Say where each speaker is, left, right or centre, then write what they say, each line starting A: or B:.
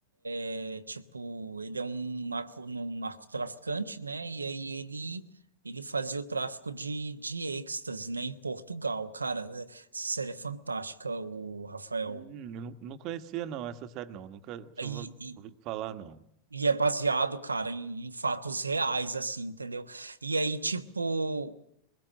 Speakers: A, on the right (about 80°); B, on the right (about 40°).
A: É, tipo, ele é um narco, um narcotraficante, né? E aí ele, ele fazia o tráfico de, de êxtase, né? Em Portugal. Cara, é- essa série é fantástica, o Rafael.
B: Hum, eu não, não conhecia não essa série não, nunca tinha
A: E,
B: ouvi-
A: e,
B: ouvido falar não.
A: e é baseado, cara, em, em fatos reais, assim, entendeu? E aí, tipo,